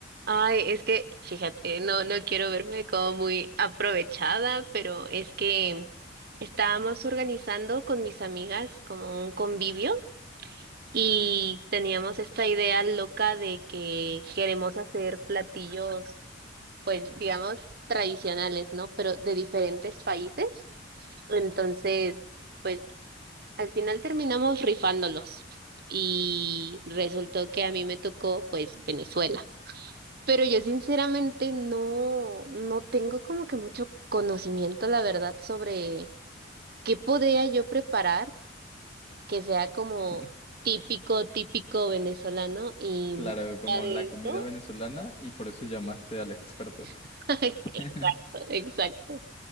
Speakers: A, on the right; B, on the left.
A: Ay, es que, fíjate, no, no quiero verme como muy aprovechada, pero es que estábamos organizando con mis amigas como un convivio y teníamos esta idea loca de que queremos hacer platillos pues digamos, tradicionales, ¿no? Pero de diferentes países. Entonces, pues al final terminamos rifándolos y resultó que a mí me tocó, pues, Venezuela. Pero yo sinceramente no, no tengo como que mucho conocimiento, la verdad, sobre qué podría yo preparar que sea como
B: <laughs>
A: típico, típico venezolano y
B: Claro,
A: más
B: como
A: allá de
B: la
A: eso.
B: comida venezolana y por eso llamaste al experto,
A: <laughs>
B: <laughs>
A: Exacto, exacto.